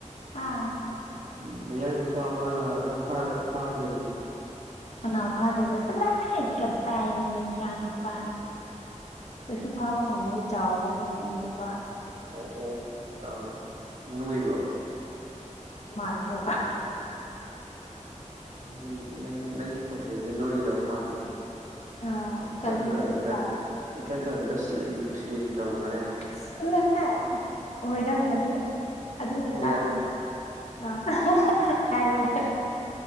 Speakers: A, on the left; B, on the right.
A: ꯑꯥ
B: ꯎꯝ ꯃꯌꯥꯡ ꯅꯨꯄꯥ ꯑꯃ ꯂꯥꯛꯑꯒ ꯐꯥꯔ ꯐꯥꯈ꯭ꯔꯗꯤ
A: ꯀꯅꯥ ꯐꯥꯗꯣꯏꯕ ꯆꯠꯂꯣꯍꯦ ꯀꯗꯥꯏꯗꯩ ꯃꯌꯥꯡ ꯅꯨꯄꯥꯅꯣ ꯀꯩꯁꯨ ꯐꯥꯕ ꯉꯝꯃꯣꯏ ꯆꯥꯎꯕꯅꯤꯅ ꯑꯩꯗꯣꯀꯣ
B: ꯑꯣ ꯑꯣ ꯆꯥꯎ ꯅꯣꯏꯕ꯭ꯔꯣ
A: ꯃꯥꯟꯕ꯭ꯔꯣ
B: ꯅꯪꯒꯤ ꯅꯪ ꯅꯪꯒꯤ ꯈꯣꯟꯖꯦꯜꯗꯤ ꯅꯣꯏꯒꯗꯕ ꯃꯥꯥꯟꯗꯦꯅꯦ
A: ꯑꯥ
B: ꯏꯀꯪ
A: ꯀꯟꯒꯗꯕ
B: ꯀꯪꯉꯒ
A: ꯃꯥꯜꯂꯦ
B: ꯏꯀꯪ ꯀꯪꯉꯒ ꯁ꯭ꯂꯤꯝ ꯁ꯭ꯂꯤꯝ ꯇꯧꯔꯒꯅꯦ
A: ꯆꯠꯂꯣꯍꯦ ꯍꯣꯏ ꯅꯪ ꯑꯗꯨ ꯑꯗꯨꯅ ꯇꯥꯛꯄ
B: <unintelligible>
A: <unintelligible>